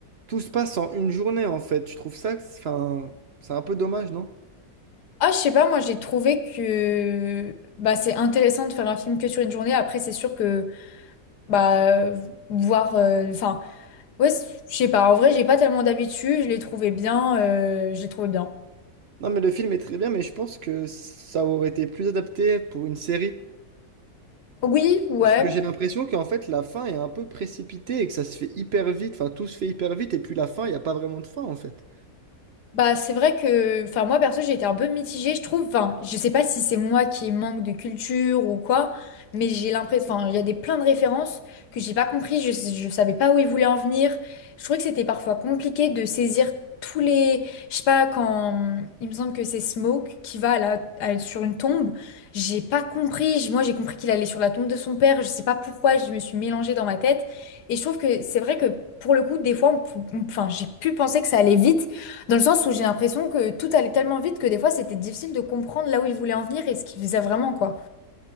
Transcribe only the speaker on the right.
tout se passe en une journée, en fait. Je trouve ça, que c'est- enfin, c'est un peu dommage, non?
Non, mais le film est très bien, mais je pense que ça aurait été plus adapté pour une série.
Parce que j'ai l'impression qu'en fait, la fin est un peu précipitée et que ça se fait hyper vite, enfin, tout se fait hyper vite, et puis la fin, il n'y a pas vraiment de fin, en fait.